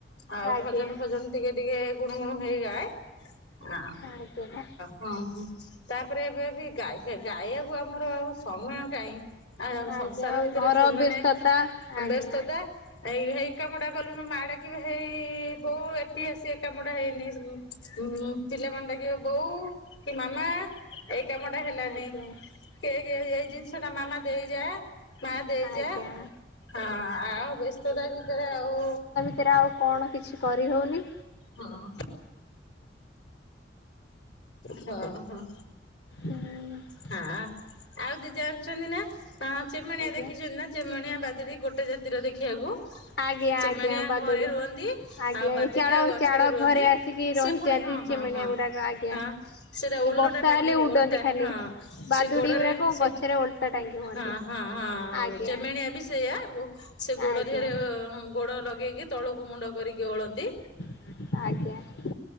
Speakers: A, on the left (about 85°); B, on the left (about 65°).
A: ଆଉ
B: ଆଜ୍ଞା
A: ଭଜନ ଫଜନ ଟିକେ ଟିକେ ଗୁଣୁ ଗୁଣୁ ହେଇଯାଏ ହଁ ଆଉ।
B: ଆଜ୍ଞା
A: ହଁ ହଁ ତାପରେ ଏବେ ବି ଗାଈ ଗଈବାକୁ ଆମର ଆଉ ସମୟ କାହିଁ। ଆଉ
B: ଆଜ୍ଞା
A: ସଂସାର ଭିତରେ
B: ଘର
A: ଛୋମାନେ
B: ବ୍ୟସ୍ତତା ଆଜ୍ଞା।
A: ବ୍ୟସ୍ତତା ଏଇ ହେଇ କାମଟା କଲୁନ ମାଡା କି ହେଇ ବୋଉ ଏଠି ଆସି ଏକ କାମଟା ହେଇନି। ଉ ପିଲାମାନେ ଟା କି ବୋଉ କି ମାମା ଏଇ କାମ ଟା ହେଲାନି।
B: ଆଜ୍ଞା
A: କି କି ଏଇ ଜିନିଷ ଟା ମାମା ଦେଇଯାଏ ମା ଦେଇଯା
B: ଆଜ୍ଞା
A: ହଁ ଆଉ ବ୍ୟସ୍ତତା ଭିତରେ ଆଉ।
B: ସେଥିରେ ଆଉ କଣ କିଛି କରିହଉନି।
A: ହଁ ହଁ ହଁ
B: ହୁଁ
A: ହଁ ଆଉ ଦି ଜାଣୁଛନ୍ତି ନା। ହଁ ଚେମଣିଆ
B: ଆଜ୍ଞା
A: ଦେଖିଛୁ ନା ଚେମଣିଆ ବାଦରେ ଗୋଟେ ଜାତିର ଦେଖିବାକୁ।
B: ଆଜ୍ଞା
A: ସେମାନେଣିଆ
B: ଆଜ୍ଞା ବାଦୁଡି।
A: ଘରେ ରୁହନ୍ତି
B: ଆଜ୍ଞା
A: ଆଉ ବାଦଟା
B: ଏଇ ଚାଳ
A: ଗ
B: ଚାଳ
A: ରେ ରୁହନ୍ତି
B: ଘରେ ଆସିକି ରହିଛନ୍ତି
A: ସେି ପୁଣି ହଁ
B: ଚିମିଣିଆ
A: ହଁ ହଁ
B: ଗୁଡାକ ଆଜ୍ଞା।
A: ହ ସେଟା
B: ଏଇ
A: ଓଲଟା
B: ବର୍ଷା
A: ଟାଙ୍ଗ
B: ହେଲେ ଉଡନ୍ତି
A: ଓଲଟା
B: ଖାଲି।
A: ହଁ
B: ବାଦୁଡି
A: ସେ ଗୋଡରେ
B: ଗୁରାକ
A: ସେ
B: ଗଛରେ ଓଲଟା ଟାଙ୍ଗି ହୁଅନ୍ତି
A: ହଁ ହଁ ହଁ
B: ଆଜ୍ଞା।
A: ଜମେଣିଆ ବି ସେଇଆ ସେ ଗୋଡ
B: ଆଜ୍ଞା
A: ଦେହରେ ଗୋଡ ଲଗେଇକି ତଳକୁ ମୁଣ୍ଡ କରିକି ଓଳନ୍ତି।
B: ଆଜ୍ଞା।